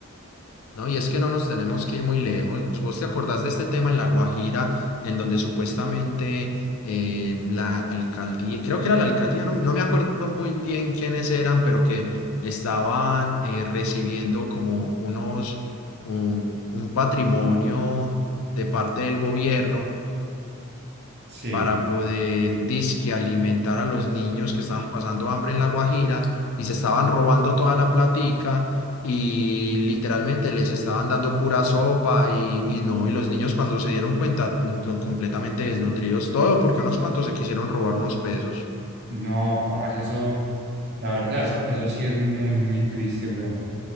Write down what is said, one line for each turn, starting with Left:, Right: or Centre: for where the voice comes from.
Left: No, y es que no nos tenemos que ir muy lejos. ¿Vos te acordás de este tema en La Guajira, en donde supuestamente eh, la alcaldía, creo que era la alcaldía, no, no me acuerdo muy bien quiénes eran, pero que estaban eh, recibiendo como unos, un, un patrimonio de parte del gobierno
Right: Sí,
Left: para poder disque alimentar a los niños que estaban pasando hambre en La Guajira y se estaban robando toda la platica y literalmente les estaban dando pura sopa y, y no, y los niños cuando se dieron cuenta to- completamente desnutridos, todo porque unos cuantos se quisieron robar unos pesos.
Right: no, parce, eso, la verdad, eso, eso sí es muy, muy triste, weón.